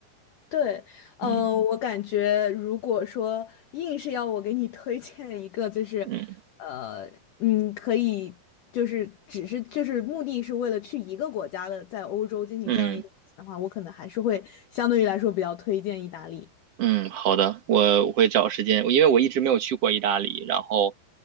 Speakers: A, on the left; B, on the right.
A: 对，嗯、
B: 嗯
A: 呃我感觉如果说硬是要我给你推荐一个，就是，
B: 嗯
A: 呃，嗯，可以，就是只是就是目的是为了去一个国家的，在欧洲进行这样一个旅行的话，
B: 嗯。
A: 我可能还是会相对于来说比较推荐意大利。
B: 嗯，好的，我我会找时间，因为我一直没有去过意大利，然后